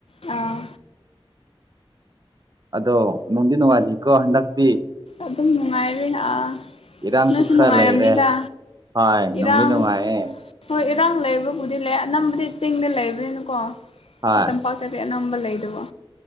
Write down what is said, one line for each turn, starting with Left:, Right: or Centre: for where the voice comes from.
Left: ꯑꯥ
Right: ꯑꯗꯣ ꯅꯣꯡꯗꯤ ꯅꯣꯡꯉꯥꯢꯂꯤꯀꯣ ꯍꯟꯗꯛꯇꯤ
Left: ꯑꯗꯨꯝ ꯅꯨꯡꯉꯥꯏꯔꯦ ꯑꯥ
Right: ꯏꯔꯥꯡꯁꯨ
Left: ꯅꯪꯁꯨ
Right: ꯈꯔ
Left: ꯅꯨꯡꯉꯥꯏꯔꯝꯅꯤꯗ
Right: ꯂꯩꯔꯦ ꯍꯣꯏ ꯅꯨꯡꯗꯤ
Left: ꯏꯔꯥꯡ
Right: ꯅꯨꯡꯉꯥꯏꯌꯦ
Left: ꯍꯣꯏ ꯏꯔꯥꯡ ꯂꯩꯕꯕꯨꯗꯤ ꯂꯩ ꯑꯅꯝꯕꯗꯤ ꯆꯤꯡꯗ ꯂꯩꯕꯅꯤꯅꯀꯣ
Right: ꯍꯣꯏ
Left: ꯁꯤ ꯇꯝꯄꯥꯛ ꯇꯗꯤ ꯑꯅꯝꯕ ꯂꯩꯗꯕ